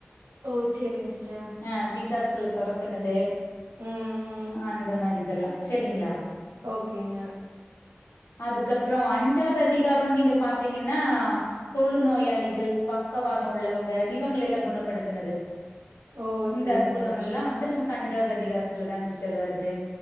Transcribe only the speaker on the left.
ஆ பிசாசுகள தொரத்துனது
அந்த மாரி இதெல்லா செரிங்ளா
அதுக்கப்றோ அஞ்சாது அதிகாரோன்னு நீங்க பாத்திங்கன்னா தொழு நோயாளிகள் பக்கவாத உள்ளவங்க இவங்கள எல்லா குணப்படுத்துனது
இந்த
அற்புதமெல்லா வந்து நமக்கு அஞ்சாது அதிகாரத்துல தாங்கஸ்டர் வருது